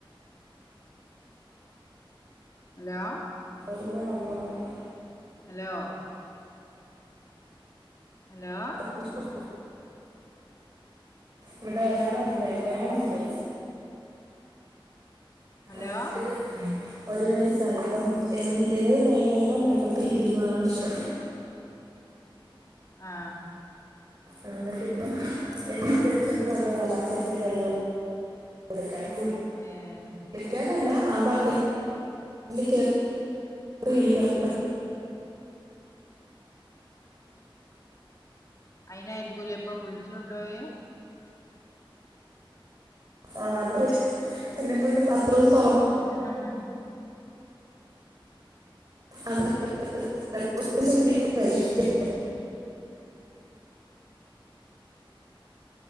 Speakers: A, on the left; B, on the right.
A: ഹലോ
B: ഒരുങ്ങിവന്നോളണം
A: ഹലോ ഹലോ
B: <unintelligible> ഇവ്ടെ ഒരാളൊണ്ടായിരുന്നു അയാളൊണ്ട്
A: ഹലോ
B: അത് ഒരു വയസ്സാണിപ്പം എല്ല് ഏതുനേരവും വെള്ളത്തി ഇരിക്കുന്നതാണിഷ്ട്ടം
A: ആ
B: ആ എന്നിട്ടിപ്പം എന്നെ വിളിച്ചോണ്ടുവന്നതാ ബക്കറ്റില് വെള്ളം കൊടുക്കാൻ കുളി
A: ഏഹ്
B: കുളിക്കാനല്ല ആ ബക്കറ്റ് ഒന്നുകേ റിയിരിക്കണം
A: അയ്നായിരിക്കൂലേ ഇപ്പൊ വിളിച്ചോണ്ടോയേ
B: ആ അത് എന്നെക്കൊണ്ടു ബാത്റൂം തൊറ
A: ഹ ഹ ഹ ഹാ
B: <unintelligible>